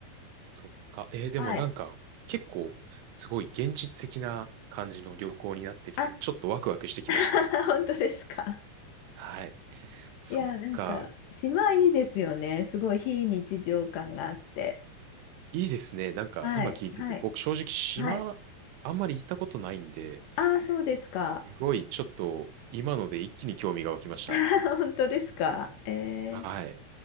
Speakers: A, on the right; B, on the left.
A: そっか。えーでもなんか、
B: はい。
A: 結構、すごい現実的な感じの旅行になってきて、
B: あ、
A: ちょっとワクワクしてきました。
B: <laughs> 本当ですか。
A: はい。そっか。
B: いや、なんか、島いいですよね。すごい非日常感があって。
A: いいですね。なんか、
B: はい、
A: 今聞いてて、
B: はい、
A: 僕正直島、
B: はい。
A: あんまり行ったことないんで、
B: ああ、そうですか。
A: すごい、ちょっと、今ので一気に興味が湧きました。
B: <laughs> 本当ですか。え
A: はい。